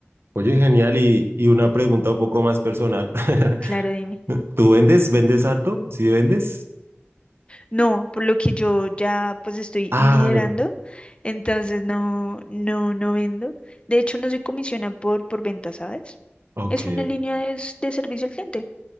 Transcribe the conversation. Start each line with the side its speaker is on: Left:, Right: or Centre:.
Right: Oye, genial. Y, y una pregunta un poco más personal. <laughs>
Left: Claro, dime.
Right: ¿Tú vendes? ¿Vendes harto? ¿Sí vendes?
Left: No, por lo que yo ya pues estoy
Right: Ah,
Left: liderando,
Right: ver-
Left: entonces no, no, no vendo. De hecho, no soy comisionada por, por venta, ¿sabes?
Right: ok.
Left: Es una línea de, s- de servicio al cliente,